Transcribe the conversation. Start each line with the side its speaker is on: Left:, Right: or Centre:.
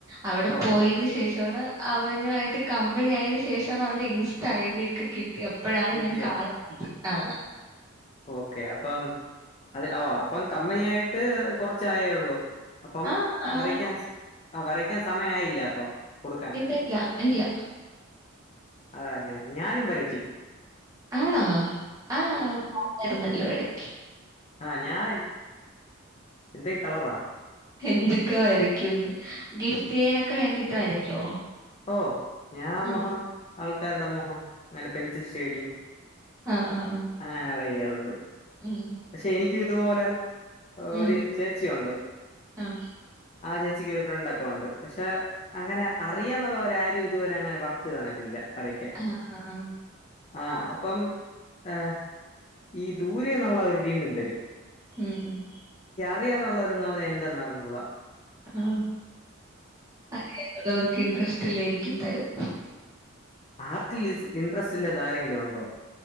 Right: അവിടെ
Left: ഓഹ്
Right: പോയേന് ശേഷ ണ് അവനു ആയിട്ട് കമ്പനി ആയന് ശേഷാണ് അവന്റെ ഇൻസ്റ്റ ഐഡി ഒക്കെ കി കിട്ടി അപ്പഴാണ്
Left: കിട്ടിയോ?
Right: ഞാൻ കാണുന്നത്, ആ
Left: ഓക്കെ അപ്പം അത് ഓ അപ്പം കമ്പനിയായിട്ട് കുറച്ചായേള്ളൂ അപ്പം
Right: ആഹ് ആഹ്
Left: വരയ്ക്കാൻ, ആ വരയ്ക്കാൻ സമയായില്ല അപ്പം കൊടുക്കാൻ.
Right: ഇല്ല ഇല്ല ഇല്ല
Left: ആ അങ്ങനെ ഞാനും വരയ്ക്കും
Right: ആണോ ആ, പറഞ്ഞാരുന്നല്ലോ ഇടയ്ക്ക്
Left: ആ, ഞാൻ എന്തേ കളറാ
Right: എന്തൊക്കെ വരയ്ക്കുന്ന്, ഗിഫ്റ്റ് ചെയ്യാനൊക്കെ വേണ്ടിട്ട് വരയ്ക്കോ?
Left: ഓ ഞാൻ
Right: ഉം.
Left: മുഹം, ആൾക്കാരുടെ മുഹം അങ്ങനെ പെൻസിൽ ഷെയഡിങ്
Right: ആഹ് ആഹ് ആഹ്.
Left: അങ്ങനെ ഒക്കെ ചെയ്യാറുണ്ട്.
Right: ഉം.
Left: പക്ഷെ എനിക്ക് ഇതുപോലെ
Right: ഉം.
Left: ഒരു ചേച്ചി ഒണ്ട്,
Right: ആഹ്.
Left: ആ ചേച്ചിക്ക് ഒരു ഫ്രണ്ടൊക്കെ ഒണ്ട്. പക്ഷേ, അങ്ങനെ അറിയാന്നുള്ളവരാരും ഇതുവരെ അങ്ങനെ വർക്ക് തന്നിട്ടില്ല. വരയ്ക്കാൻ
Right: ആ ആ ആ
Left: ആ അപ്പം ആ ഈ ദൂരെന്നുള്ളവര് വീണ്ടും തരും.
Right: ഉം, ഉം
Left: അറിയാ എന്നുള്ളവരന്ന് പറഞ്ഞാ എന്തെന്ന് അറിഞ്ഞുകൂടാ.
Right: ആ, അറിയാന്നുള്ളവർ ഇൻട്രസ്റ്റ് ഇല്ലായിരിക്കും തരാൻ
Left: ആർട്ടിൽ ഈസ് ഇൻട്രസ്റ്റ് ഇല്ലാത്ത ആരെങ്കിലും ഒണ്ടോ?